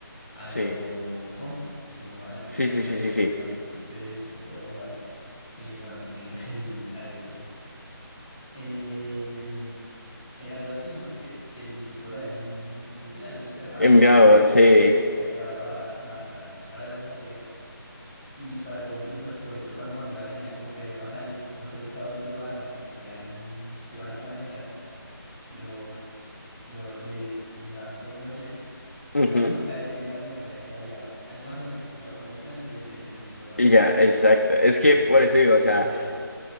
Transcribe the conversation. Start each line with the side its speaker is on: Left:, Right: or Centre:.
Centre: a
Left: sí.
Centre: lo Home, se llamaba la película,
Left: Sí,
Centre: está
Left: sí, sí,
Centre: el
Left: sí,
Centre: del
Left: sí.
Centre: marcianito, este chiquito morado. Eh, bueno, marcianito, <laughs> el alien, perdón. Eh, era algo así, ¿no? Que el tipo lo habían, creo que lo habían desterrado,
Left: Enviado,
Centre: se había ido,
Left: sí.
Centre: ya que habrá barra, ba- barra, varado en la Tierra. Y, para con- y pues por esto cuando mandó la señal como que había más aliens, no solo estaba su raza, que, que eran, que iban a planetas, los, lo- les brindaban su tecnología
Left: Ujú.
Centre: a costa de que eventualmente sabían que iba a llegar algo más grande, se iba a comer el planeta y ellos tenían que seguir escapando.
Left: Y ya, exacto. Es que
Centre: Entonces,
Left: por eso digo,
Centre: muchas
Left: o sea,
Centre: variables.